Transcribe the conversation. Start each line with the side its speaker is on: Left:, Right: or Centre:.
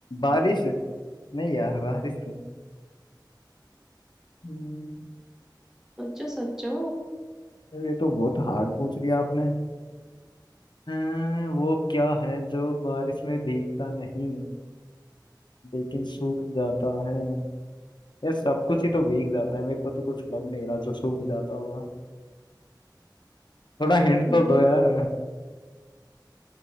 Left: बारिश नहीं यार बारिश तो नहीं। हम्म,
Centre: सोचो सोचो
Left: यार ये तो बहुत हार्ड पूछ लिया आपने अं, वो क्या है जो बारिश में भीगता नहीं लेकिन सूख जाता है यार सब कुछ ही तो भीग जाता है मेरे को तो कुछ लग नहीं रहा जो सूख जाता होगा थोड़ा हिंट
Centre: <laughs>
Left: तो दो यार